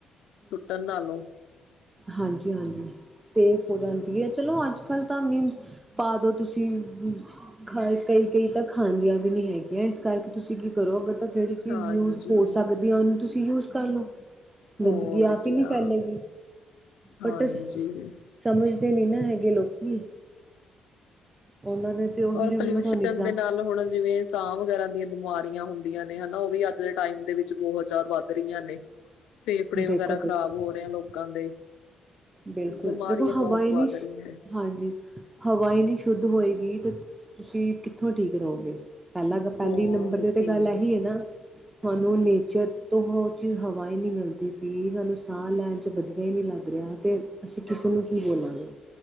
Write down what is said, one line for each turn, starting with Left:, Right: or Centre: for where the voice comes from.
Left: ਸੁੱਟਣ ਨਾਲੋਂ
Right: ਹਾਂਜੀ-ਹਾਂਜੀ ਸੇਫ ਹੋ ਜਾਂਦੀ ਹੈ, ਚਲੋ ਅੱਜ ਕੱਲ ਤਾਂ ਮੀਨਸ ਪਾ ਦੋ ਤੁਸੀਂ ਕਈ ਕਈ ਤਾਂ ਖਾਂਦੀਆਂ ਵੀ ਨਹੀ ਹੈਗੀਆਂ ਇਸ ਕਰਕੇ ਤੁਸੀਂ ਕੀ ਕਰੋ ਅਗਰ ਮਤਲਬ ਜਿਹੜੀ ਚੀਜ਼
Left: ਹਾਂਜੀ
Right: ਯੂਜ ਹੋ ਸਕਦੀ ਆ, ਉਹਨੂੰ ਤੁਸੀਂ ਯੂਜ਼ ਕਰਲੋ
Left: ਹੋਰ
Right: ਗੰਦਗੀ ਆਪ
Left: ਕਿਆ
Right: ਹੀ ਨਹੀਂ ਫੈਲੇਗੀ,
Left: ਹਾਂਜੀ
Right: ਬਟਸ ਸਮਝਦੇ ਨੀ ਇਹਨਾਂ ਹੈਗੇ ਲੋਕੀ ਉਹਨਾਂ ਨੇ ਤੇ ਉਹੀ
Left: ਔਰ
Right: ਜਿਵੇਂ
Left: ਪੋਲਿਊਸ਼ਨ
Right: ਮੈਂ ਤੁਹਾਨੂੰ ਇਗਜ਼ਾਮ
Left: ਦੇ ਨਾਲ ਹੁਣ ਜਿਵੇਂ ਸਾਹ ਵਗੈਰਾ ਦੀਆਂ ਬਿਮਾਰੀਆਂ ਹੁੰਦੀਆਂ ਨੇ ਹਨਾ, ਉਹ ਵੀ ਅੱਜ ਦੇ ਟਾਈਮ ਦੇ ਵਿੱਚ ਬਹੁਤ ਜਿਆਦਾ ਵੱਧ ਹਰੀਆਂ ਨੇ ਫੇਫੜੇ
Right: ਬਿਲਕੁਲ
Left: ਵਗੈਰਾ
Right: ਬਿਲਕੁਲ
Left: ਖ਼ਰਾਬ ਹੋ ਰਹੇ ਆ ਲੋਕਾਂ ਦੇ
Right: ਬਿਲਕੁਲ,
Left: ਬਿਮਾਰੀਆਂ
Right: ਦੇਖੋ
Left: ਬਹੁਤ
Right: ਹਵਾਈ
Left: ਵੱਧ
Right: ਨੀ
Left: ਰਹੀਆਂ
Right: ਹਾਂਜੀ ਹਵਾਈ ਨੀ ਸ਼ੁੱਧ ਹੋਏਗੀ ਤੇ ਤੁਸੀਂ ਕਿੱਥੋਂ ਠੀਕ ਰਹੋਗੇ! ਪਹਿਲਾਂ- ਪਹਿਲੀ
Left: ਹੋਰ
Right: ਨੰਬਰ ਤੇ
Left: ਕੀ
Right: ਗੱਲ ਇਹੀ ਹੈ, ਨਾ ਤੁਹਾਨੂੰ ਨੇਚਰ ਤੋਂ ਉਹ ਚੀਜ਼ ਹਵਾਈ ਨਹੀਂ ਮਿਲਦੀ ਪੀ ਸਾਨੂੰ ਸਾਹ ਲੈਣ ਚ ਵਧੀਆ ਹੀ ਨਹੀਂ ਲੱਗ ਰਿਹਾ ਤੇ ਅਸੀਂ ਕਿਸੇ ਨੂੰ ਕੀ ਬੋਲਾਂਗੇ!